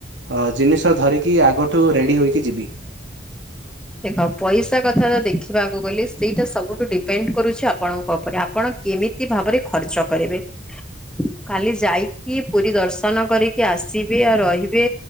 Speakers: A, on the right; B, in the centre.
A: ହ ଜିନିଷ ଧରିକି ଆଗଠୁ ରେଡ଼ି ହୋଇକି ଯିବି।
B: ଦେଖ ପଇସା କଥା ଦେଖିବାକୁ ଗଲେ ସେଇଟା ସବୁଠୁ ଡିପେଣ୍ଡ କରୁଛି ଆପଣଙ୍କ ଉପରେ ଆପଣ କେ ମିତି ଭାବରେ ଖର୍ଚ୍ଚ କରିବେ। ଖାଲି ଯାଇକି ପୁରୀ ଦର୍ଶନ କରିକି ଆସିବେ ଆଉ ରହିବେ